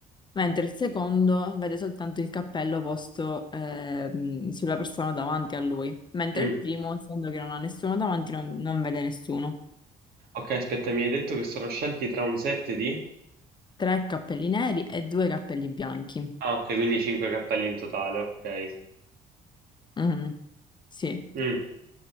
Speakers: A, on the left (about 25°); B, on the right (about 65°).
A: mentre il secondo vede soltanto il cappello posto, ehm, sulla persona davanti a lui, mentre
B: Mm.
A: il primo, essendo che non ha nessuno davanti, non non vede nessuno.
B: Ok, aspetta, mi hai detto che sono scelti tra un set di...
A: tre cappelli neri e due cappelli bianchi.
B: Ah, ok, quindi 5 cappelli in totale, ok.
A: Mhm, Sì.
B: Mm.